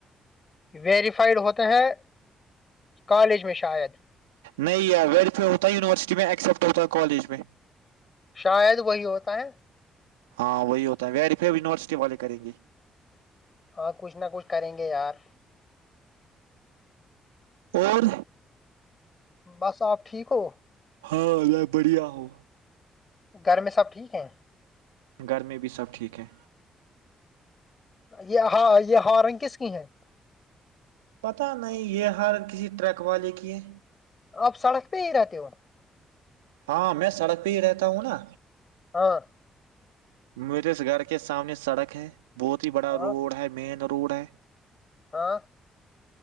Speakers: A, on the left; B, on the right.
A: ویریفائڈ ہوتے ہیں کالج میں شاید
B: نہی یار ویریفائی ہوتا ہے یونیورسٹی میں ایکسیپٹ ہوتا ہے کالج میں
A: شاید وہی ہوتا ہے
B: ہاں وہی ہوتا ہے ویری پ یونیورسٹی والے کریں گی
A: ہاں کچھ نہ کچھ کریں گے یار
B: اور
A: بس آپ ٹھیک ہو
B: ہاں ال بڑھیا ہو
A: گھر میں سب ٹھیک ہیں
B: گر میں بھی سب ٹھیک ہیں
A: یہ ہ یہ ہارن کس کی ہے
B: پتا نہیں یہ ہارن کسی ٹریک اوا لے کی ہے
A: اب سڑک پہ ہی رہتے ہو
B: ہاں میں سڑک پہ ہی رہتا ہوں نا
A: ہاں
B: میرے اس گھر کے سامنے سڑک ہے بہت ہی بڑا
A: ہاں
B: روڈ ہے مین کوڑا <inaudible>
A: ہاں